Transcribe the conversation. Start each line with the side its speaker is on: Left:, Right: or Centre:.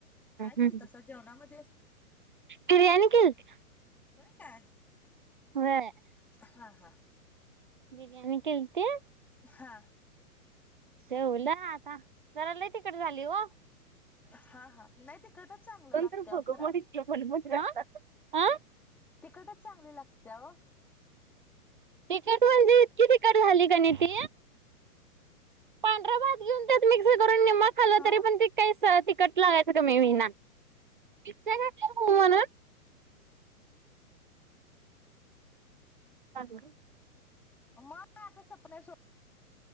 Centre: काय
Right: हम्म.
Centre: केल तसा जेवणामध्ये.
Right: बिर्याणी केलती.
Centre: होय का.?
Right: व्हय. !
Centre: हा हा.
Right: बिर्याणी केलती.
Centre: हा.
Right: जेवलं आता जरा लय तिकट झाली हो.
Centre: हा हा नाही तिखटच चांगलं
Right: तंतर
Centre: लागतंय अहो
Right: भग
Centre: खरं
Right: मोित मण म हह <unintelligible>
Centre: तिकटच चांगली लागतेय ओ.
Right: तिकट म्हणजे इतकी तिकट झाली का ना ती पांढरा भात घेऊन त्यात मिक्स करून निमा खाल
Centre: हा
Right: तरी पण ते काही स तिकट लागायचं कामी होईना मिरच्य घातल्या म्हणून अ लागल
Centre: मग काय आता सपना शोध